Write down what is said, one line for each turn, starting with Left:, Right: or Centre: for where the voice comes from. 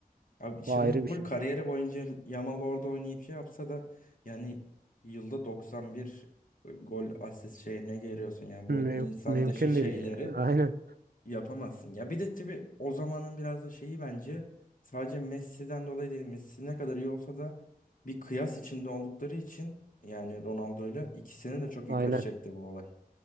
Left: Abi şimdi
Right: O ayrı bir
Left: full
Right: şey.
Left: kariyeri boyunca Yamal orada oynayıp şey yapsa da yani yılda 91 gol asist şeyine geliyorsun. Yani
Right: Müm-
Left: bu insan
Right: mümkün
Left: dışı şeyleri
Right: değil ya. <laughs> Aynen.
Left: yapamazsın. Ya bir de tabii o zamanın biraz da şeyi bence sadece Messi'den dolayı değil. Messi ne kadar iyi olsa da bir kıyas içinde oldukları için yani Ronaldo'yla ikisini de çok yukarı
Right: Aynen.
Left: çekti bu olay.